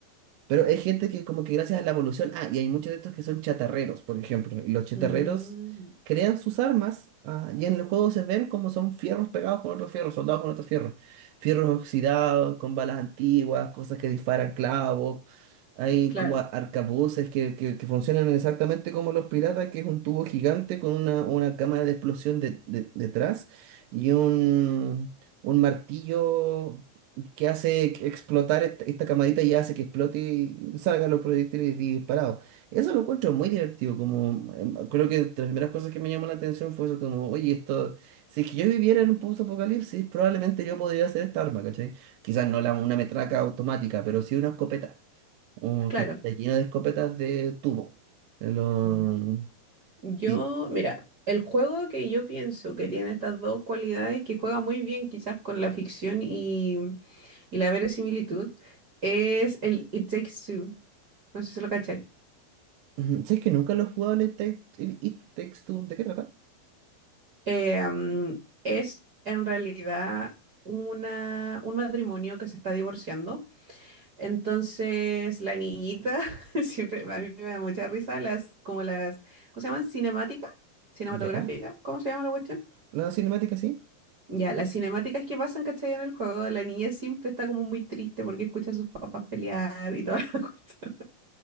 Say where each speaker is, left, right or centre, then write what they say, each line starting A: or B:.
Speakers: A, on the right; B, on the right.
A: pero hay gente que como que gracias a la evolución, ah, y hay muchos de estos que son chatarreros, por ejemplo, y los chatarreros
B: mm,
A: crean sus armas, ah, y en el juego se ven como son fierros pegados con otros fierros, soldados con otros fierros, fierros oxidados, con balas antiguas, cosas que disparan clavos, hay
B: claro,
A: como a- arcabuces que, que, que funcionan exactamente como los piratas, que es un tubo gigante con una, una cámara de explosión de- de- detrás y un, un martillo que hace explotar esta, esta camadita y hace que explote y salgan los proyectiles disparados. Eso lo encuentro muy divertido, como em, creo que de las primeras cosas que me llamó la atención fue eso, como, oye, esto, si es que yo viviera en un post-apocalipsis, probablemente yo podría hacer esta arma, ¿cachai? Quizás no la, una metraca automática, pero sí una escopeta, o
B: claro.
A: que está lleno de escopetas de tubo. Eh, lo-
B: Mm, Yo,
A: y
B: mira, el juego que yo pienso que tiene estas dos cualidades, que juega muy bien quizás con la ficción y, y la verosimilitud, es el It Takes Two. No sé si lo cachai.
A: ujú, si es que nunca lo he jugado el It Takes el It Takes Two, ¿de qué trata?
B: Eh, mm, es en realidad una, un matrimonio que se está divorciando. Entonces, la niñita, <laughs> siempre a mí me da mucha risa las, como las, ¿cómo se llaman? Cinemática, cinematográfica,
A: ¿Ya?
B: ¿cómo se llama la cuestión?
A: ¿La cinemática sí?
B: Ya, las cinemáticas que pasan, ¿cachai? En el juego, la niña siempre está como muy triste porque escucha a sus papás pelear y toda la <laughs> cuestión.